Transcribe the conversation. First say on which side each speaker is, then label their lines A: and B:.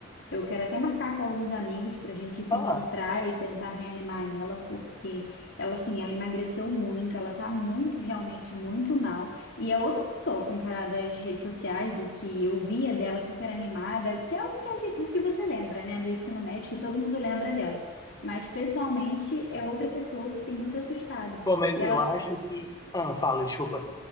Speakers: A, on the left; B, on the left.
A: Eu quero até marcar com alguns amigos para a gente se
B: Ah.
A: encontrar e tentar reanimar ela, porque ela, assim, ela emagreceu muito, ela tá muito, realmente muito mal. E é outra pessoa comparada às redes sociais, do que eu via dela super animada, que é o que, a gente- o que você lembra, né, do ensino médio, que todo mundo lembra dela. Mas pessoalmente é outra pessoa, eu fiquei muito assustada.
B: Bom, mas
A: E
B: eu
A: ela
B: acho que. Ah, fala, desculpa.